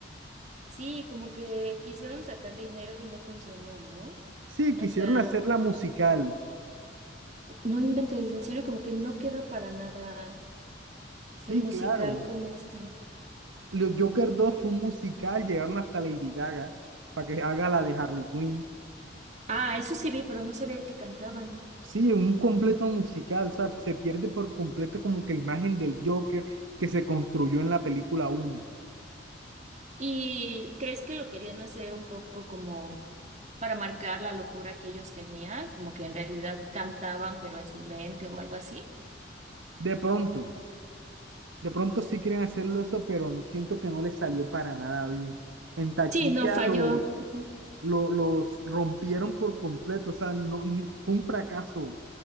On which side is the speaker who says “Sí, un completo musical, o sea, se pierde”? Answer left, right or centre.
Right